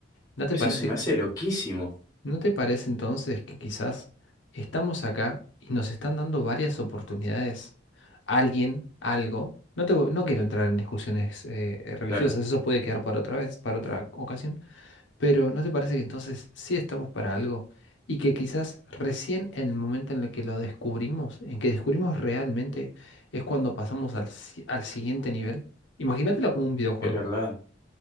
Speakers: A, on the left (about 75°); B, on the left (about 20°).
A: ¿No te
B: Eso
A: parece
B: se me hace loquísimo.
A: ¿No te parece entonces que quizás estamos acá y nos están dando varias oportunidades? Alguien, algo. No te, vo- no quiero entrar en discusiones eh, religiosas,
B: Claro,
A: eso puede quedar para otra vez, para otra ocasión, pero ¿no te parece que entonces sí estamos para algo y que quizás recién en el momento en el que lo descubrimos, en que descubrimos realmente, es cuando pasamos al, si- al siguiente nivel? Imagínatelo como un videojuego.
B: es verdad.